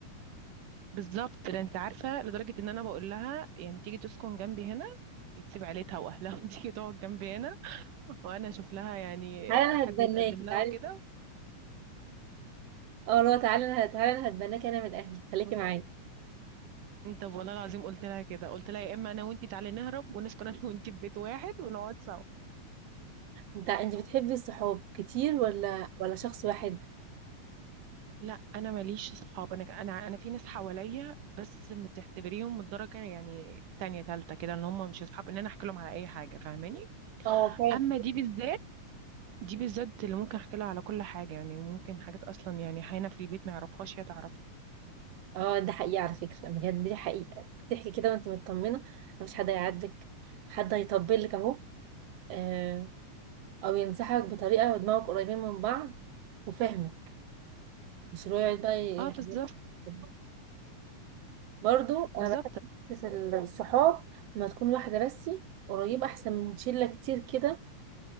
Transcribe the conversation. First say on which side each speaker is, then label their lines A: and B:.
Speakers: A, on the right; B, on the right.
A: بالظبط ده انت عارفه لدرجه ان انا بقول لها يعني تيجي تسكن جنبي هنا تسيب عيلتها واهلها <laughs> وتيجي تقعد جنبي هنا وانا اشوف لها يعني
B: تعالى انا
A: حد
B: هتبناكي
A: يتقدم
B: تعالى
A: لها وكده
B: اه لا تعالى انا تعالى انا هتبناكي انا من اهلي خليكي معايا
A: انت والله العظيم قلت لها كده قلت لها يا اما انا وانتي تعالي نهرب ونسكن انا وانتي في بيت واحد ونقعد سوا
B: انت انت بتحبي الصحاب كتير ولا ولا شخص واحد
A: لا انا ماليش صحاب انا انا انا في ناس حواليا بس بتعتبريهم من الدرجه يعني تانية تالتة كده ان هم مش اصحاب ان انا احكي لهم على اي حاجه فاهماني
B: اه فعلا
A: اما دي بالذات دي بالذات اللي ممكن احكي لها على كل حاجة يعني ممكن حاجات اصلا يعني حينا في البيت ما يعرفهاش هي تعرفها
B: اه ده حقيقه على فكره بجد دي حقيقه بتحكي كده وانت مطمنه مفيش حد هيعاتبك حد هيطبل لك اهو آه، او ينصحك بطريقه ودماغك قريبين من بعض وفهمك مش اللي هو يقعد بقى ي-
A: اه بالظبط
B: كده برضو
A: بالظبط
B: انا بحب حته الصحاب لما تكون واحده بس قريبه احسن من شله كتير كده